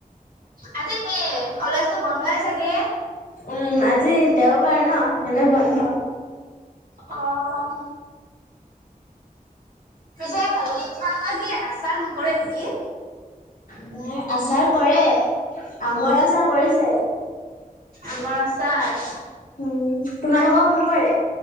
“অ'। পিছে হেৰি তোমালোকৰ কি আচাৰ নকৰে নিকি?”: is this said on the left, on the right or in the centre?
Right